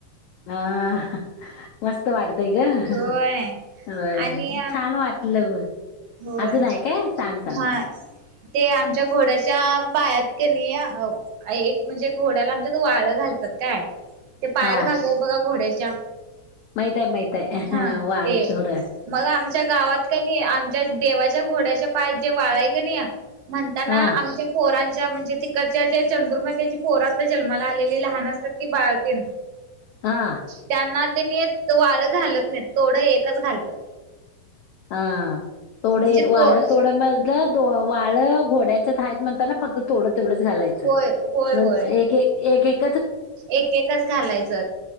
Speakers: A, on the left; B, on the right.
A: हा हा मस्त. वाटतय ग ह
B: होय
A: ह होय
B: आणि
A: छान वाटलं बग.
B: होय
A: अजून आहे काय सांग सांग
B: हा
A: बाळ.
B: ते आमच्या घोड्याच्या पायात कणी एक म्हणजे घोड्याला आमच्यात वाळ घालतात. काय ते पायात
A: हा
B: घालताात बघा घोड्याच्या.
A: माय माहितय
B: हा
A: वाळ
B: ते
A: तोड.
B: मग आमच्या गावात का नाही आमच्या देवाच्या घोड्याचे पाय. ते वाळ आहे का नाही म्हणताना
A: हा
B: आमच्या पोरां म्हणजे तिकडच्या ज्या चंदुर्म त्याची पोरात जन्माला आलेली लहान असतात की बाळतीन.
A: हा
B: त्यांना त्यांनी वाळ घालत नाही तोडं एकच घालतात.
A: हा थोडं
B: म्हणजे
A: वाळ
B: दोन
A: थोडं मधलं द वाळ. घोड्याच्या हाईत म्हणताना फक्त थोडं तेवढंच घालायचं
B: होय होय
A: नंत
B: होय
A: एक एक एक एक.
B: एक एकच घालायचं